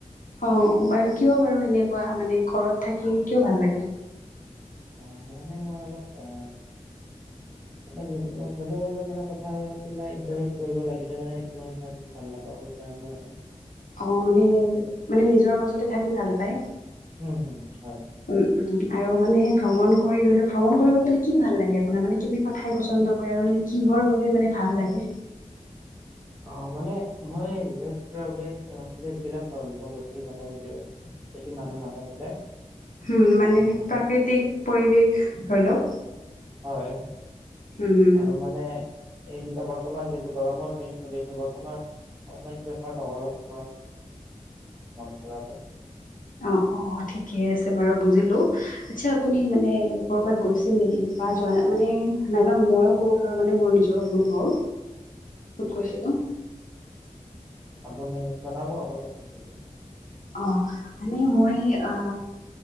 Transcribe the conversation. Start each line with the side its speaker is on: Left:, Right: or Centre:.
Left: অ বাৰু কিয় বাৰু সেনেকোৱা মানে ঘৰত থাকি কিয় ভাল লাগে
Right: অ মানে মই অলপ অ
Left: <unintelligible>
Right: মানে বেলেগৰ লগত মানে কথা পাতি ইণ্টাৰেক্ট কৰিব লাগে তামানে এইটো ইমান ভাল নাপাও সেইকাৰণে মানে
Left: অ মানে মানে নিজৰ মাজতে থাকি ভাল পায়
Right: উম হম হয়
Left: উম উম আৰু মানে ভ্ৰমণ কৰি ধৰি লওক ভ্ৰমণ কৰিব গলে কি ভাল লাগে আপোনাৰ মানে কেনে ঠাই পচন্দ কৰে আৰু মানে কিহৰ বাবে মানে ভাল লাগে
Right: অ মানে মই লেছকাউতে অ ভিলেজ বিলাক ভাল পাও বেছি মানে যে বেছি মানুহ নাথাকিলে
Left: উম, মানে
Right: অ বাত
Left: প্ৰাকৃতিক পৰিৱেশ ধৰি লওক।
Right: হয়।
Left: উম, হুম,
Right: আৰু মানে, এইকেইটা বৰ্তমান যিহেটো গৰমৰ দিন চলি আছে, বৰ্তমান অনলাইন প্ৰেফাৰ নকৰো, <unintelligible>
Left: অ', অ', ঠিকে আছে বাৰু বুজিলো, আচ্ছা আপুনি মানে ক'ৰবাত গৈছিল নেকি, বা যোৱা মানে, নাইবা মইো ক'ব পাৰো মানে মোৰ নিজৰ অনুভৱ। ক'ত গৈছিলো।
Right: আপুনি জনাব আপুনি, ক'ত গৈছে।
Left: অ', মানে মই আ